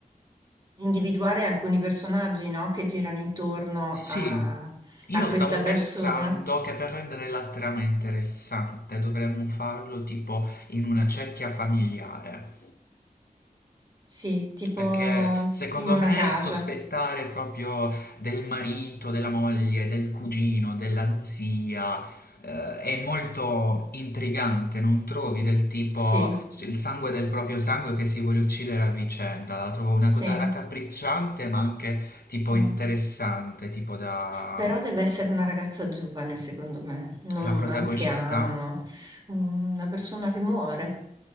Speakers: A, on the right (about 25°); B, on the left (about 90°).
A: individuare alcuni personaggi, no, che girano intorno
B: Sì,
A: a,
B: io
A: a questa
B: stavo
A: persona.
B: pensando che per rendere la trama interessante dovremmo farlo tipo in una cerchia familiare.
A: Sì, tipo
B: Perché secondo
A: in una
B: me
A: casa.
B: sospettare proprio del marito, della moglie, del cugino, della zia, eh, è molto intrigante, non trovi del tipo
A: Sì.
B: cioè, il sangue del proprio sangue che si vuole uccidere a vicenda, la trovo una
A: Sì,
B: cosa raccapricciante ma anche tipo
A: sì.
B: interessante, tipo da
A: Però deve essere una ragazza giovane, secondo me, non
B: la
A: un
B: protagonista.
A: anziano, s- una persona che muore.